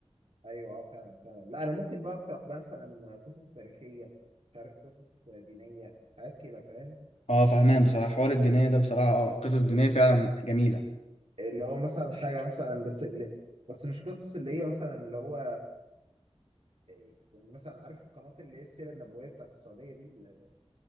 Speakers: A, on the right; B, on the left.
A: ايوه اه فعلا فعلا لا انا ممكن بقى اقرا مثلا قصص تاريخيه مش عارف قصص دينيه حاجات كده فاهم
B: اه فهمان بصراحه حوار الدينيه ده بصراحه اه قصص دينيه فعلا جميله
A: اللي هو مثلا حاجه مثلا بس اللي بس مش قصص اللي هي مثلا اللي هو إيه، يعني مثلا عارف القناه اللي هي السيره النبويه بتاعت السعوديه دي اللي